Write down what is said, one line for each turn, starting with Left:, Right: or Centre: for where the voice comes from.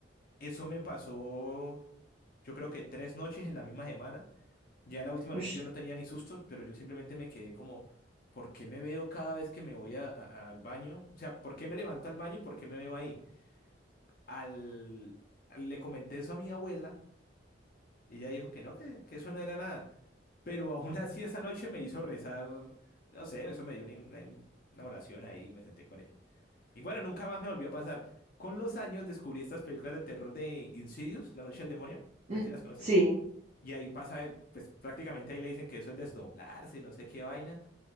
Left: Eso me pasó, yo creo que tres noches en la misma semana. Ya la última
Right: ush,
Left: noche yo no tenía ni susto, pero yo simplemente me quedé como, ¿por qué me veo cada vez que me voy a- a- al baño? O sea, ¿por qué me levanto al baño y por qué me veo ahí? Al, le comenté eso a mi abuela. y Ella dijo que no, que, que eso no era nada. Pero aún así esa noche me hizo rezar, no sé, eso me dio una, una- una oración ahí y me senté con ella. Y bueno, nunca más me volvió a pasar. Con los años descubrí estas películas de terror de Insidious, La Noche del Demonio,
Right: mm,
Left: no sé si las conoces,
Right: Sí,
Left: y ahí pasa, eh, pues prácticamente ahí le dicen que eso es desdoblarse, no sé qué vaina,